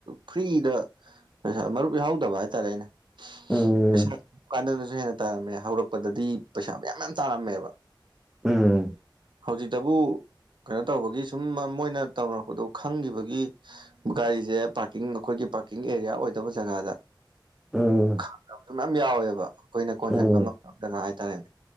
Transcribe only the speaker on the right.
ꯐ꯭ꯔꯤꯗ ꯄꯩꯁꯥ ꯃꯔꯨꯞ ꯌꯥꯎꯍꯧꯗꯕ ꯍꯥꯏꯇꯥꯔꯦ ꯑꯩꯅ
ꯄꯩꯁꯥ ꯀꯥꯟꯗꯅꯁꯨ ꯍꯦꯟꯅ ꯇꯔꯝꯃꯦ ꯍꯧꯔꯛꯄꯗꯗꯤ ꯄꯩꯁꯥ ꯃꯌꯥꯝ ꯃꯌꯥꯝ ꯇꯥꯔꯝꯃꯦꯕ
ꯍꯧꯖꯤꯛꯇꯕꯨ ꯀꯩꯅꯣ ꯇꯧꯕꯒꯤ ꯁꯨꯝ ꯃꯣꯏꯅ ꯇꯧꯅꯔꯛꯄꯗꯣ ꯈꯪꯈꯤꯕꯒꯤ ꯒꯥꯔꯤꯁꯦ ꯄꯥꯔꯀꯤꯡ ꯑꯩꯈꯣꯏꯒꯤ ꯄꯥꯔꯀꯤꯡ ꯑꯦꯔꯤꯌꯥ ꯑꯣꯏꯗꯕ ꯖꯒꯥꯗ
ꯈ ꯃꯌꯥꯝ ꯌꯥꯎꯋꯦꯕ ꯑꯩꯈꯣꯏꯅ ꯀꯣꯟꯁꯤꯟꯕ
ꯉꯝꯗꯕ ꯖꯒꯥ ꯍꯥꯏꯇꯥꯔꯦꯅꯦ